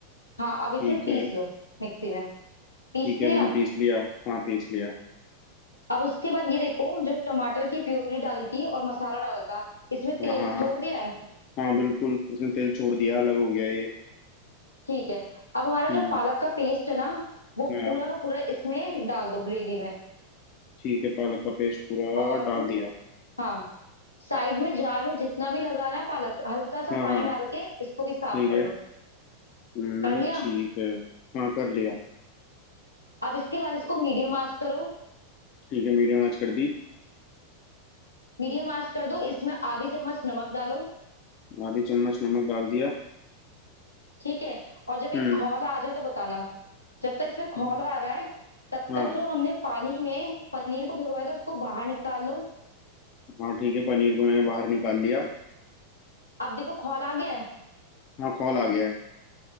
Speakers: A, on the left (about 85°); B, on the left (about 40°).
A: हाँ अब
B: ठीक
A: इसे पीस
B: है
A: लो मिक्सी में पीस
B: ठीक है
A: लिया
B: मैंने पीस लिया हाँ पीस लिया
A: अब उसके बाद ये देखो जो टमाटर की प्यूरी डाली थी और मसाला डाला था इसमें तेल
B: हाँ हाँ हाँ
A: छोड़ दिया है
B: हाँ बिल्कुल इसने तेल छोड़ दिया अलग हो गया ये
A: ठीक है अब हमारा
B: हम्म
A: जो पालक का पेस्ट है ना वो
B: हाँ
A: पूरा का पूरा इसमें डाल दो ग्रेवी में
B: ठीक है पालक का पेस्ट पूरा
A: और
B: डाल दिया
A: हाँ साइड में जार में जितना भी लगा रहा है पालक हल्का सा
B: हाँ
A: पानी
B: हाँ
A: डाल के इसको भी साफ
B: ठीक
A: कर
B: है
A: लो
B: हम्म
A: कर लिया
B: ठीक है हाँ कर लिया
A: अब इसके बाद इसको मीडियम आंच करो
B: ठीक है मीडियम आंच कर दी
A: मीडियम आंच कर दो इसमें आधी चम्मच नमक डालो
B: आधी चम्मच नमक डाल दिया
A: ठीक है और जब एक
B: हम्म
A: खौल आ जाए तो बताना जब तक इसमें खौल
B: हम्म,
A: आ रहा है तब
B: हाँ
A: तक जो हमने पानी में पनीर को भिगोया था उसको बाहर निकाल लो
B: हाँ ठीक है पनीर को मैंने बाहर निकाल लिया
A: अब देखो खौल आ गया है
B: हाँ खोल आ गया है